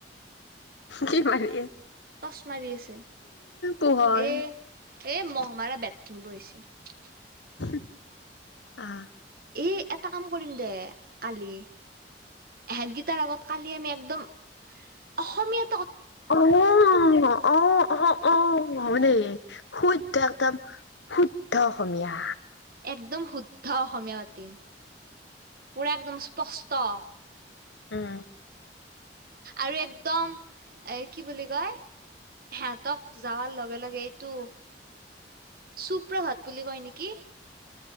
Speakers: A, on the left (about 80°); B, on the right (about 55°).
A: কি মাৰিছে?
B: টচ মাৰি আছে
A: পোহৰ
B: এ এই মহমাৰা বেট থিনিব আহি হৈছে,
A: হম, অ'
B: এই এটা কাম কৰিম দে আলি এহেঁত গীটাৰ আগত কালি আমি একদম অসমীয়া
A: অ' অ' অ' অ' হব দেই শুদ্ধ একদম শুদ্ধ অসমীয়া
B: একদম শুদ্ধ অসমীয়া পাতিম পুৰা একদম স্পষ্ট
A: উম!
B: আৰু একদম এ কি বুলি কয় সিহঁতক যাৱাৰ লগে লগে এইটো চুপ্ৰভাত বুলি কয় নেকি?